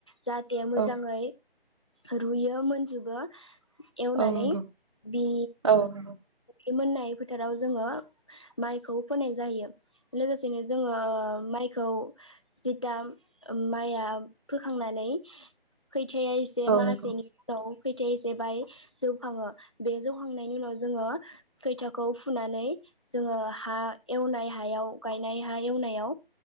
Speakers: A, on the left (about 30°); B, on the right (about 30°).
A: जाहे दे मोजाङै
B: औ
A: रुयो मोनजोबो एवनानै
B: औ नंगौ
A: बि
B: औ नंगौ
A: बे मोननाय फोथाराव जोङो माइखौ फोनाय जायो लोगोसेनो जोङो माइखौ जिता माइआ फोखांनानै खैथाया एसे
B: औ
A: माहासेनि
B: नंगौ
A: उनाव खैथाया एसेबाय जौखाङो बे जौखांनायनि उनाव जोङो खैथाखौ फुनानै जोङो हा एवनाय हायाव गायनाय हा एवनायाव